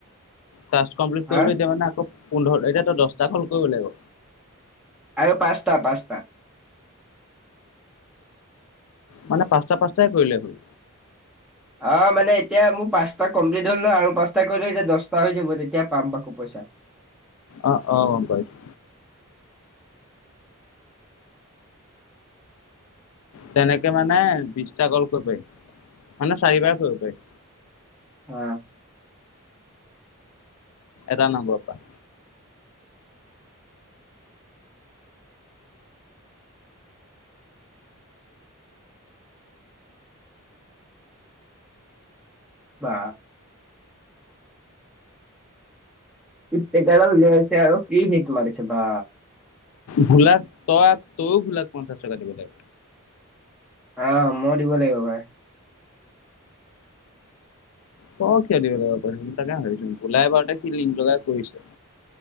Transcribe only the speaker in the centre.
হা
আৰু পাঁচটা, পাঁচটা।
অঁ', মানে এতিয়া মোৰ পাঁচটা কমপ্লিট হ'ল ন! আৰু পাঁচটা কৰিলে এতিয়া দচটা হৈ যাব। তেতিয়া পাম আকৌ পইচা।
অঁ'।
বা। ফি ফিটাডাল ওলিয়াই লৈছে আৰু। কি হিট মাৰিছে বা।
অঁ' মই দিব লাগিব পাই।